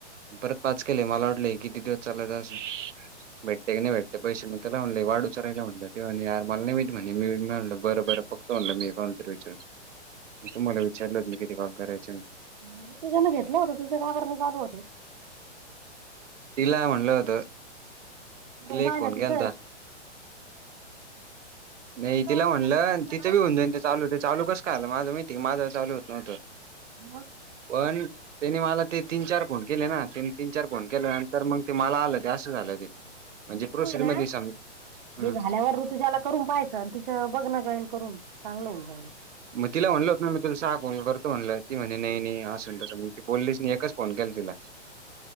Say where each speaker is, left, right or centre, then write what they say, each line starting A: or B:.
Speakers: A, on the right; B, on the right.
A: परत पाच केले, मला वाटल हे किती दिवस चालायचा असं? भेटते की नाही भेटते पैसे म त्याला म्हणलं वाढूचा राहिला म्हटलं ते् म्हणे मला नाही माहिती म्हणे मी म्हणलं बरं बरं. बागतो म्हणलं मी कोणाला तरी विचारून तुम्हाला विचारलं मी किती काल करायचय.
B: <unintelligible> घेतलं होत तिचं का बरा चालू नाय होतंय?
A: तिला म्हणलं होतं.
B: <unintelligible>
A: तिला एक फोन केलता नाही
B: तिचं
A: तिला म्हटलं
B: करून बघितलं
A: तिचं
B: ना
A: बी ऊन जाईन ते चालू ते चालू कस काय झालं? माझं माहिती माझं चालू होत न्हतं.
B: <unintelligible>
A: पण त्यांनी मला ते तीन चार फोन केले ना त्यांनी तीन चार फोन केल्या नंतर मग ते मला आलं ते असं झालं ते. म्हणजे
B: ऋतू
A: प्रोसेस
B: आहे ना
A: मध्ये समज ह
B: जे झाल्यावर ऋतूच्या करून पाहायचं आणि तिचं बघण जॉईन करून चांगलं होऊन जाईल.
A: मग तिला म्हणल होत ना मी तुला सहा फोन करतो, म्हणल की म्हणे नाही नाही अस न तसं मग ती बोललीच नाही एकच फोन केला तिला.